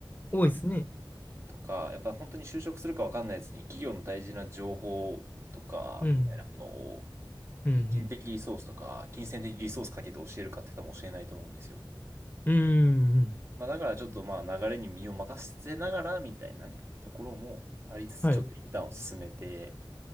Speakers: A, on the left; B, on the right.
A: 多いですね。
B: とか、やっぱり本当に就職するかわかんないやつに企業の大事な情報とか、
A: うん。
B: みたいなものを、
A: うん。
B: 人的リソースとか、金銭的リソースかけて教えるかって多分教えないと思うんですよ。
A: うん。うん。うん
B: まあだからちょっとまあ流れに身を任せながらみたいなね、ところもありつつ、
A: はい。
B: ちょっとインターンを進めて、